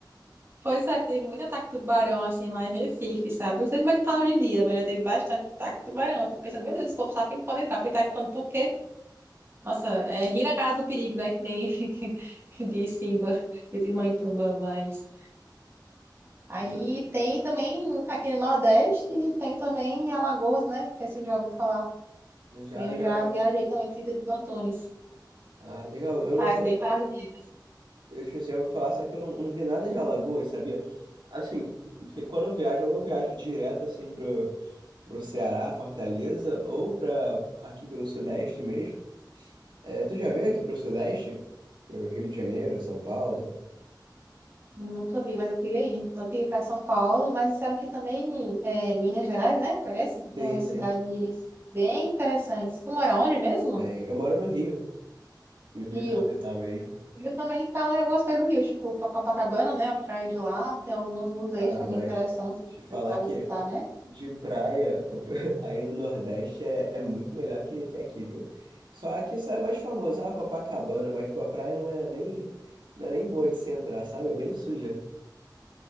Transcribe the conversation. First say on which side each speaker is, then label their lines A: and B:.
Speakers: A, on the right; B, on the right.
A: Pois é, teve muito ataque de tubarão assim lá em Recife, sabe? Não sei como é que tá hoje em dia, mas já teve bastante ataque de tubarão. Eu fico pensando, meu Deus, esse povo sabe que não pode entrar, porque tá falando, por quê? Nossa, é rir na casa do perigo, né? Que nem <laughs> de Simba, de Timão e Pumba, mas. Aí
B: Então,
A: tem também aqui no Nordeste, tem também em Alagoas, né? Não sei se eu já ouvi falar.
B: Já,
A: E Eu
B: já,
A: já
B: mas.
A: viajei também para Sítio dos Antunes.
B: Ah, legal. Eu,
A: Faz
B: mas eu,
A: bem para as ilhas.
B: eu tipo assim, eu ouvi falar, só que eu não, não vi nada de Alagoas, sabia? Assim, porque quando eu viajo, ou eu viajo direto assim pro, pro Ceará, Fortaleza, ou pra aqui pelo Sudeste mesmo. É, tu já veio aqui pro Sudeste? Pro Rio de Janeiro, São Paulo?
A: Nunca vi, mas eu queria ir. Eu queria ir para São Paulo, mas disseram que também é, Minas Gerais, né? Parece que tem
B: Sim,
A: umas
B: sim.
A: cidades bem interessantes. Tu mora onde mesmo?
B: Tem. Eu moro no Rio. no Rio
A: Rio.
B: Capital mesmo.
A: Rio também falam algumas coisas do Rio, tipo Copacabana, né? A praia de lá. Tem alguns museus
B: Ah,
A: também
B: mas
A: interessantes
B: te falar
A: para
B: que
A: visitar, né?
B: de praia, o pe- <laughs> aí no Nordeste é, é muito melhor que, que aqui, viu? Só aqui só é mais famoso, ah, Copacabana, mas pô, a praia não é nem, não é nem boa de se entrar, sabe? É bem suja.